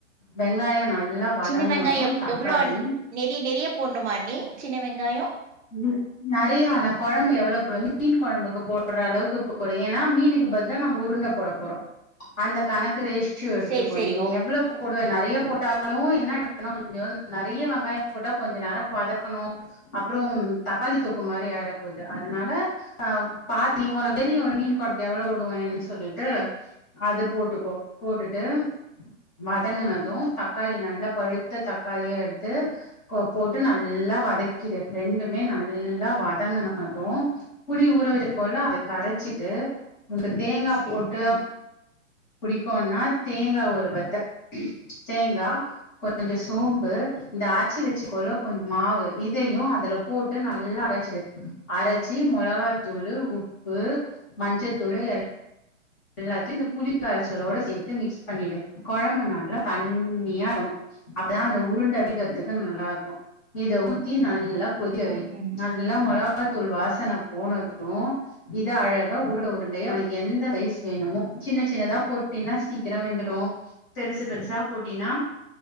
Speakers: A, on the left; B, on the right.
A: வெங்காயம் நல்லா வதங்குனது
B: சின்ன வெங்காயோ எவ்
A: தக்காளி
B: எவ்ளோ அண் நெறிய நெறிய போண்ணுமா அண்ணி சின்ன வெங்காயோ
A: உ நறைய வெனா கொழம்பு எவ்ளோ போழு மீன் குழம்புக்கு போடுற அளவுக்கு போடு ஏன்னா மீனுக்கு பதிலா நம்ம உருண்ட போட போறோ அந்த கணக்கு ரேஷியோ எடுத்துக்கோ
B: சேரி சேரி
A: நீ
B: ஓ
A: எவ்ளோ போடுவே நெறைய போட்டாலு என்ன எடுக்கணு கொஞ்சம் நெறைய வெங்காயம் போட்டா கொஞ்சம் நேரம் வதக்ணு அப்றோம் தக்காளி தொக்கு மாறி ஆயிட போது அதுனால அ பாட்டி உனக்கு தெரியுல மீன் கொழம்க்கு எவ்ளோ போடுவேன் சொல்லிட்டு அது போட்டுக்கோ போட்டுட்டு வதங்கினது தக்காளி நல்லா பழுத்த தக்காளியா எடுத்து போ போட்டு நல்லா வதக்கிடு ரெண்டுமே நல்லா வதங்குனது புளி ஊற வச்சிருக்கோம்ல அது கரைச்சிட்டு உனக்கு தேங்கா
B: சேரி
A: போட்டு
B: ஆ
A: புடிக்குன்னா தேங்கா ஒரு பத்த தேங்கா கொஞ்சோ சோம்பு இந்த ஆச்சி வச்சிக்கோள்ள கொஞ் மாவு இதையு அதுல போட்டு நல்லா அரைச்சிடு அரைச்சி மொளகாத்தூளு உப்பு மஞ்சத்தூளு எல் எல்லாத்யு இந்த புளி கரைச்சலோட சேத்து மிக்ஸ் பண்ணிடு கொழம்பு நல்லா தண்ணியா ஆகணு அப்பதா அந்த உருண்ட புடிக்கிறதுக்கு நல்லா இருக்கு இத ஊத்தி நல்லா கொதிக்க வை
B: ம் ம்
A: நல்லா மொழவா தூள் வாஸ்ன போனது இத அழகா ஊருட உருண்டையா உனக்கு எந்த சைஸ் என்னமோ சின்ன சின்னதா போட்டினா சீக்கிரம் வெந்துடு பெருசு பெருசா போட்டினா